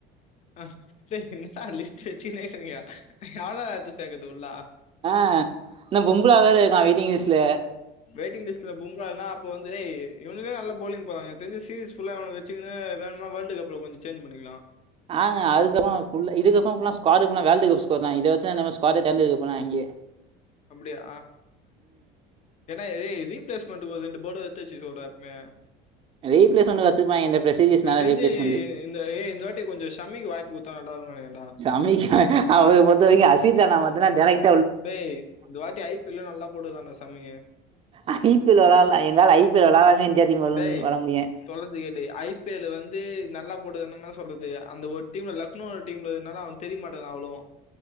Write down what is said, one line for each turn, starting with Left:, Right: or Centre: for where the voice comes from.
Left: அ டேய் என்னா லிஸ்ட்டு வச்சுே இருக்றீங்க எவளோ எடுத்து சேக்குது உள்ள
Right: ஆ இன்னு பொம்புல வேற இருக்கா வெயிட்டிங் லிஸ்ட்ல
Left: வெயிட்டிங் லிஸ்ட்டுல பொம்புல இருந்த அப்போ வந்து இவுங்களே நல்ல போலிங் போறங்க எனக்கு தெரிஞ்சி <unintelligible> ஃபுல்லா அவனுவாளவச்சு சிகிணு வேணும்னா வேல்டு கப்ல கொஞ்ச சேஞ்சி பண்ணிக்கலா
Right: ஆங்க அதுக்கப்ப <inaudible> <unintelligible> இதுக்கப்பறோ ஃபுல்லா ஸ்குவாடு ஃபுல்லா வேர்ல்ட் கப் ஸ்கோர் தா இதவெச்சில இன்னமே ஸ்குவாட் தேர்ந்தெடுக்கப் போறாங்கெ
Left: அப்டியா ஏன்னா இதே ரீ பிளேஸ் பண்ட்டு ஒரு ரெண்டு பௌலர் எடுத்து வச்சுக்க சொல்லுடா எப்பமே
Right: ரீப்ளேஸ்மண்ட் வச்சுருப்பாங்க இந்த பிரசஜர்ஸ்னால
Left: எனக்கு தெரிஞ்சு
Right: ரீப்ளேஸ்மண்ட்
Left: இந்த ஏ இந்த வாட்டி கொஞ்ச சம்மிக்கு வாய்ப்பு குத்த நல்லாருக்கு நெனக்கிரெண்ட
Right: சமமிக்க அவ பொறுத்த வரைக்கு அசித்த நா பத்தன்னா <unintelligible>
Left: டேய் இந்த வாட்டி ஐ பி எல் ல நல்லா போடுதானானா சம்மி
Right: ஐ பி எல் விளால எங்களால ஐ பி எல் விளலாமே இந்தியா டீம்மு வருன்
Left: டேய்
Right: வர முடியு
Left: சொல்றது கேளு ஐ பி எல் ல வந்து நல்லா போடுதுனும்னா சொல்றது அந்த ஒரு டீம்ல லக் குனு ஒரு டீம்ல இருக்துனால அவ தெரிய மாட்டாங்குற அவ்ளோவு